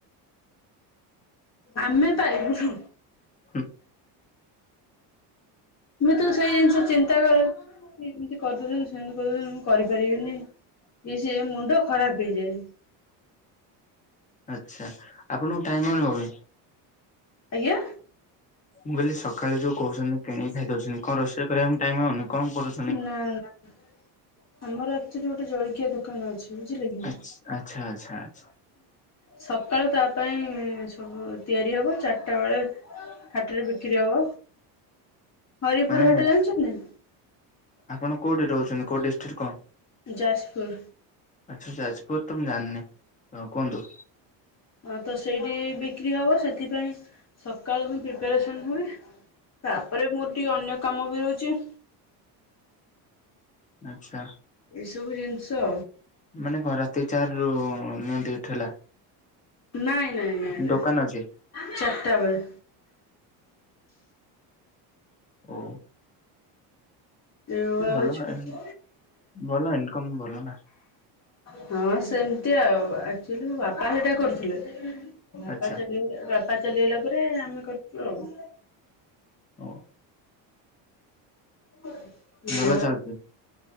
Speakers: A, on the left (about 35°); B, on the left (about 15°).
A: ଆମେ ପାଇବୁନୁ।
B: ହୁଁ
A: ମୁଁ ତ ସେଇ ଜିନିଷ ଚିନ୍ତା କରେ। ଏମିତି କରିଦଉଚନ୍ତି ସେମିତି କରିଦଉଚନ୍ତି। କରିପାରିବେନି କି ସେ ମୁଣ୍ଡ ଖରାପ ହେଇଯାଏ।
B: ଆଚ୍ଛା ଆପଣଙ୍କୁ ଟାଇମ୍ <unintelligible> ହେଉନି।
A: ଆଜ୍ଞା
B: ମୁଁ କହିଲି ସକାଳେ ଯୋଉ କହୁଛନ୍ତି କିଣି ଖାଇ ଦଉଛନ୍ତି। କଣ ରୋଷେଇ କରିବା ପାଇଁ ଟାଇମ ହଉନି। କଣ କରୁ
A: ନାଁ ନାଁ ଆମର ଆକ୍ଚୁଲି ଗୋଟେ ଜଳଖିଆ ଦୋକାନ ଅଛି। ବୁଝିଲେ କି।
B: ଆଚ୍ଛା ଆଚ୍ଛା ଆଚ୍ଛା ଆଚ୍ଛା।
A: ସକାଳୁ ତା ପାଇଁ ସବୁ ତିଆରି ହେବ। ଚାରିଟା ବେଳେ ହାଟରେ ବିକ୍ରି ହବ। ହରିପୁର
B: ମାନେ
A: ହାଟ ଜାଣିଚନ୍ତି।
B: ଆପଣ କୋଉଠି ରହୁଛନ୍ତି। କୋଉ ଡିଷ୍ଟ୍ରିକ୍ଟ କଣ?
A: ଯାଜପୁର
B: ଆଚ୍ଛା ଯାଜପୁର ତ ମୁଁ ଜାଣିନି। ହଁ କୁହନ୍ତୁ।
A: ହଁ ତ ସେଇଠି ବିକ୍ରି ହବ। ସେଥିପାଇଁ ସକାଳ ମୁଁ ପ୍ରିପାରେସନ୍ ହୁଏ। ତାପରେ ମୋର ଟିକେ ଅନ୍ୟ କାମ ବି ରହୁଚି।
B: ଆଚ୍ଛା
A: ଏଇସବୁ ଜିନିଷ
B: ମାନେ କଣ ରାତି ଚାରିରୁ ନିଆଁ ଡେଟ୍ ହେଲା।
A: ନାଇଁ ନାଇଁ ନାଇଁ ନାଇଁ
B: ଦୋକାନ ଅଛି
A: ଚାରିଟା ବେଳେ
B: ଓ
A: ଏଇଭଳିଆ
B: ଭଲ
A: ହଉଛି କଥା
B: ଏ ଭଲ ଇନକମ୍ ଭଲ ନାଁ।
A: ହଁ ସେମିତି ଆଉ ଆକ୍ଚୁଆଲି ବାପା ସେଇଟା କରୁଥିଲେ। ବାପା
B: ଆଚ୍ଛା।
A: ଚାଲିଗଲେ ବାପା ଚାଲିଗଲା ପରେ ଆମେ କରୁଚୁ ଆଉ।
B: ଓ
A: <unintelligible>
B: ଭଲ ଚାଲୁଛି